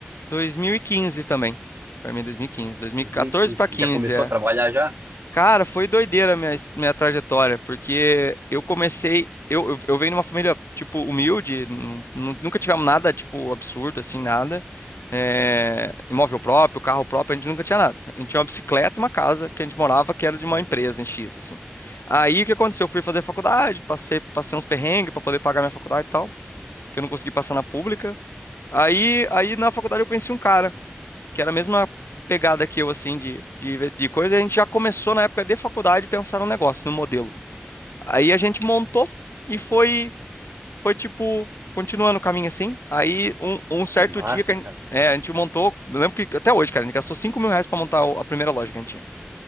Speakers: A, on the left (about 80°); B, on the right (about 60°).
A: 2015 também. Formei em 2015. 2014
B: 2015.
A: para 15.
B: Já começou a trabalhar já?
A: Cara, foi doideira a minha, his- minha trajetória, porque eu comecei. Eu, eu, eu venho de uma família, tipo, humilde, nu- nu- nunca tivemos nada, tipo, absurdo, assim, nada. É, imóvel próprio, carro próprio, a gente nunca tinha nada. A gente tinha uma bicicleta e uma casa que a gente morava, que era de uma
B: <laughs>
A: empresa em X, assim. Aí o que aconteceu? Eu fui fazer faculdade, passei, passei uns perrengues pra poder pagar minha faculdade e tal, que eu não consegui passar na pública. Aí, aí na faculdade eu conheci um cara que era a mesma pegada que eu, assim, de, de, de coisa, e a gente já começou na época de faculdade a pensar no negócio, no modelo. Aí a gente montou e foi, foi tipo, continuando o caminho assim. Aí um, um certo
B: Que massa,
A: dia que a gente,
B: cara.
A: é, a gente montou, eu lembro que até hoje, cara, a gente gastou 5 mil reais pra montar o- a primeira loja que a gente tinha.